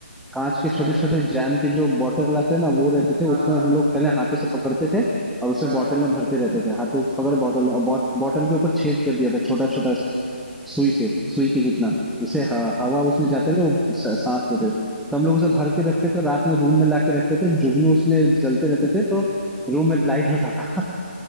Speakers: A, in the centre; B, on the right.
A: कांच
B: अच्छा
A: के छोटे छोटे जैम के जो बॉटल आते हैं ना वो रहते थे उसमें
B: हाँ
A: हम लोग पहले हाथों से पकड़ते थे और उसे
B: हाँ
A: बॉटल में भरते रहते थे हाथों से पकड़ बॉटल और बॉ- बॉटल के ऊपर छेद कर दिया था छोटा छोटा सुई से सुई के जितना जैसे ह- हवा उसमें जाते रहे वो स- सांस लेते रहे तो हम लोग उसे भर के रखते थे रात में रूम में लाके रखते थे जुगनू उसमें जलते रहते थे तो रूम में लाइट होता था